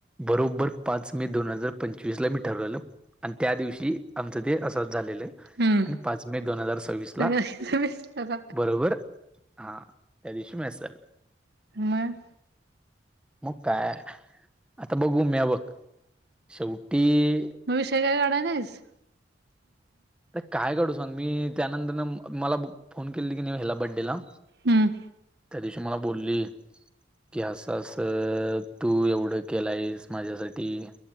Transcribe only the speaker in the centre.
बरोबबर पाच मे दोन हजार पंचवीस ला मी ठरवलेलो आणि त्या दिवशी आमचा दे असा झालेले
आणि पाच मे दोन हजार सव्वीस ला
बरोबर हा यादीश मसल
मग काय आता बघू मी बघ शेवटी आता
आर काय काढू सांग मी त्यानंतर मला फोन केली की ह्याला बड्डे ला
त्या दिवशी मला बोलली की हसास तू एवढं केलायस माझ्यासाठी